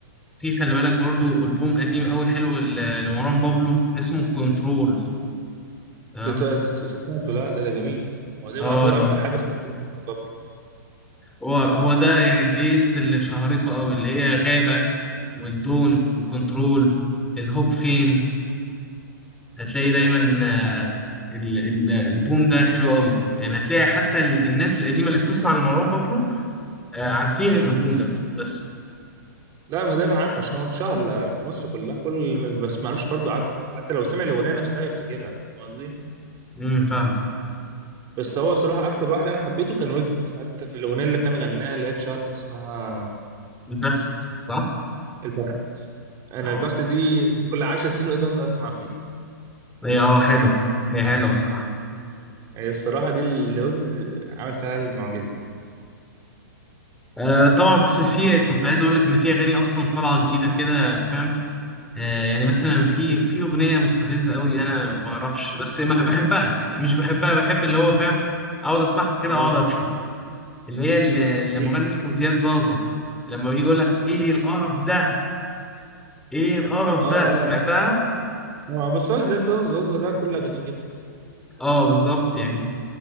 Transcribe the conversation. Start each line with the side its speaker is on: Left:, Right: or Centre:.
Centre: في خلي بالك برضو ألبوم قديم قوي حلو ل- لمروان بابلو اسمه كنترول تمام
Right: ت- ت- ت- سمعته لا ده ده جميل ما هو ده
Centre: اه
Right: يعتبر
Centre: لا
Right: اكتر حاجه سمعتها قبل
Centre: هو هو ده يعني البيست اللي شهرته قوي اللي هي غابة والدون وكنترول الهوب فين هتلاقي دايما
Right: اه
Centre: آه، ال- ال- الالبوم ده حلو قوي يعني هتلاقي حتى ال- الناس القديمه اللي بتسمع لمروان بابلو آه، عارفين الالبوم ده بس
Right: لا ما ده انا عارف عشان هو اتشهر ل- في مصر كلها كل اللي ما بسمعلوش برضو عارفه حتى لو سمع الاغنيه نفسها يفتكرها فاهم قصدي
Centre: امم فاهم
Right: بس هو صراحه اكتر واحد انا حبيته كان ويجز حتى في الاغنيه اللي كان غناها اللي هي اتشهرت اسمها
Centre: البخت صح
Right: البخت انا
Centre: اه
Right: البخت دي كل 10 سنين قدام اسمع فيها
Centre: هي اه حلو هي حلوه الصراحه
Right: هي الصراحه دي اللي ويجز عامل فيها المعجزه
Centre: آه طبعا في, في كنت عايز اقول لك ان في اغاني اصلا طالعه جديده كده فاهم آه يعني مثلا في في اغنيه مستفزه قوي انا ما اعرفش بس ما بحبها يعني مش بحبها بحب اللي هو فاهم اقعد اسمعها كده
Right: اه
Centre: اقعد اللي هي اللي اللي
Right: دي
Centre: مغني اسمه زياد زازا لما بيجي يقول لك ايه القرف ده ايه القرف
Right: اه
Centre: ده
Right: اه
Centre: سمعتها
Right: اه بس هو زاز زاز زاز ده كل اغانيه كده
Centre: اه بالظبط يعني